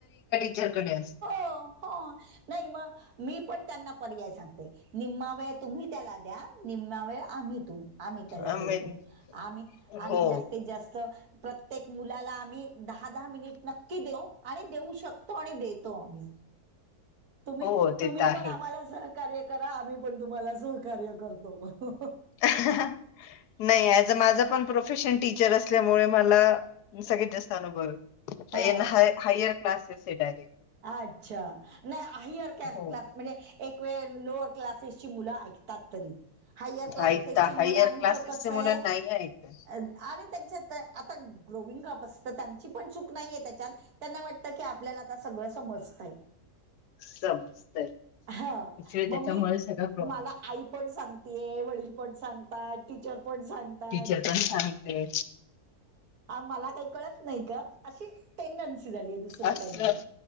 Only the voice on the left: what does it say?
तुमच्याकडे असताय
आम्ही
हो,
हो ते
तर आहेच.
नाही ज अ माझं पण प्रोफेशन टीचर अस असल्यामुळे मला सगळत जास्त अनुभव
हायर क्लासेस आहे डायरेक्ट
हो
ऐकता
हायर क्लासेसच्या
मुलांना नाही ऐकत
समजतंय.
ऍक्च्युली
त्याच्यामुळे
सगळा प्रॉब्लेम
येतो.
टीचर पण सांगते
असलं